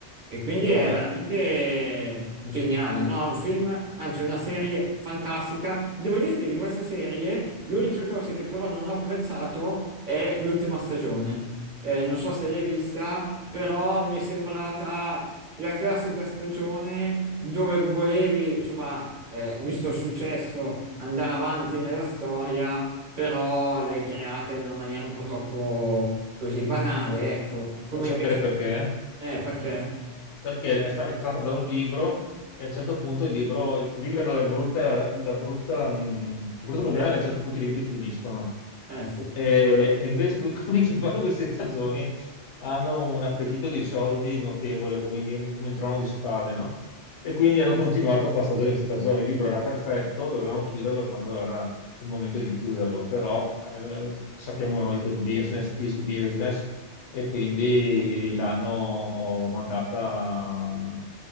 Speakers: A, on the right; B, on the left.
A: E quindi
B: lo
A: è
B: è.
A: veramente
B: Lo è.
A: geniale, no? È un film, anzi una serie fantastica. Devo dirti di questa serie, l'unica cosa che però non ho apprezzato è l'ultima stagione. Eh, non so se l'hai vista, però mi è sembrata la classica stagione dove volevi, insomma, eh, visto il successo, andare avanti nella storia però l'hai creata in una maniera un po' troppo così banale, ecco, come
B: Vuoi sapere
A: invece...
B: perché?
A: Eh, perché?
B: perché è, sta- è tratta da un libro e a un certo punto il libro, i libri hanno la brutta, la brutta, mh, il brutto problema è che a un certo punto i libri finiscono.
A: Eh sì.
B: E, e invece que- <laughs> quelli che fanno queste stagioni hanno un appetito di soldi notevole, come in, Game- come in Trono di Spade, no? E quindi hanno continuato a fare stagioni su stagioni. Il libro era perfetto, dovevano chiuderlo quando era il momento di chiuderlo, però eh, sappiamo noi che il business is business e quindi l'hanno mandata,